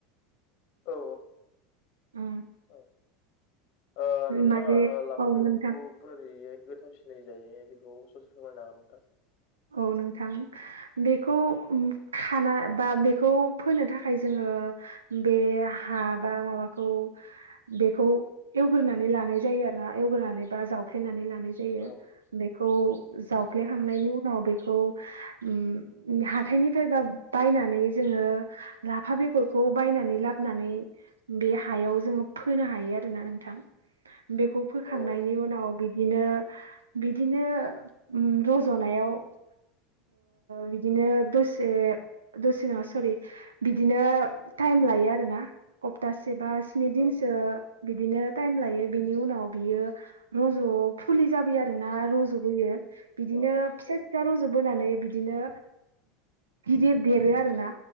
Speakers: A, on the left (about 45°); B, on the right (about 75°).
A: औ
B: उम
A: औ ओ नोंथाङा
B: माने
A: लाफा
B: औ
A: मैगंखौ
B: नोंथां
A: बोरैैयै गोथाव सिनाय जायो बेखौ ससे फोरमायनो हागोन नोंथां
B: औ नोंथां बेखौ खाना बा बेखौ फोनो थाखाय जोंङो ओ बे हा बा माबाखौ बेखौ एवग्रोनानै लानाय जायो आरो ना एवग्रनानै बा जावफ्लेनानै लानाय जायो
A: औ
B: बेखौ जावफ्लेखांनायनि
A: औ
B: उ उनाव बेखौ उम हाथायनिफ्राय बा बायनानै जोंङो लाफा बेग बेगरखौ बायनानै लाबोनानै बे हायाव जोंङो फोनो हायो आरोना नोंथां। बेखौ फोखांनायनि
A: औ
B: उनाव बिदिनो बिदिनो उम रज'नायाव ओ बिदिनो दसे दसेनाव सरि बिदिनो टाइम लायो आरोना हप्तासे सेबा स्नि दिनसो
A: औ
B: बिदिनो टाइम लायो बिनि उनाव बियो रज' फुलि जाबाय आरो ना रुज'बोयो बिदिनो
A: औ
B: फिसा
A: औ
B: फिसा रुजुबोनानै बिदि बिदिनो गिदिर देरो आरो ना